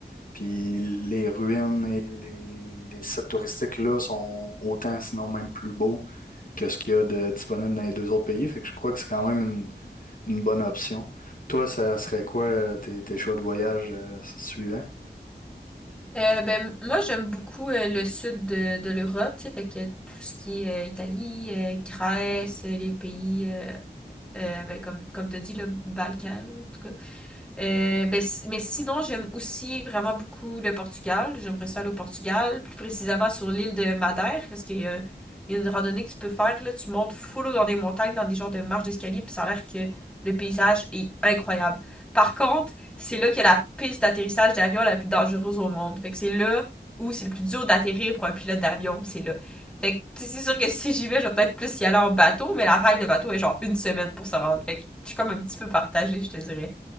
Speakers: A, on the left (about 50°); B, in the centre.
A: puis les ruines et les, les sites touristiques-là sont autant, sinon même plus beaux que ce qu'il y a de disponible dans les deux autres pays, fait que je crois que c'est quand même une, une bonne option. Toi, ça serait quoi euh, tes, tes choix de voyage euh, suivants?
B: Euh, ben, moi, j'aime beaucoup euh, le sud de, de l'Europe, tu sais, fait que tout ce qui est euh, Italie, euh, Grèce, les pays, euh, euh, ben, comme, comme t'as dit, le Balkan, là, en tout cas. Euh, ben, si- mais sinon, j'aime aussi vraiment beaucoup le Portugal. J'aimerais ça aller au Portugal, plus précisément sur l'île de Madère, parce qu'il y a une randonnée que tu peux faire, là, tu montes full dans des montagnes, dans des genres de marches d'escalier, puis ça a l'air que le paysage est incroyable. Par contre, c'est là qu'il y a la piste d'atterrissage d'avion la plus dangereuse au monde. Fait que c'est là où c'est le plus dur d'atterrir pour un pilote d'avion, c'est là. Fait que c'est sûr que si j'y vais, je vais peut-être plus y aller en bateau, mais la raille de bateau est genre une semaine pour se rendre. Fait que je suis comme un petit peu partagée, je te dirais.